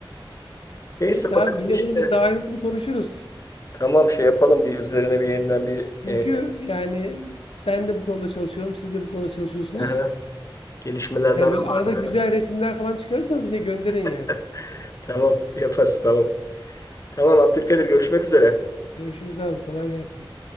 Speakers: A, on the left; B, on the left.
A: Neyse
B: Neyse
A: bakalım
B: abi yine
A: işte.
B: bunu biz daha ayrıntılı konuşuruz.
A: Tamam şey yapalım bir üzerine bir yeniden bir
B: Çünkü
A: e,
B: yani ben de bu konuda çalışıyorum, siz de bu konuda çalışıyorsunuz.
A: Aha, gelişmelerden
B: Yani böyle arada
A: haberdarım.
B: güzel resimler falan çıkarırsanız yine gönderin yani.
A: <laughs> Tamam, yaparız tamam. Tamam Abdülkadir görüşmek üzere.
B: Görüşürüz abi, kolay gelsin.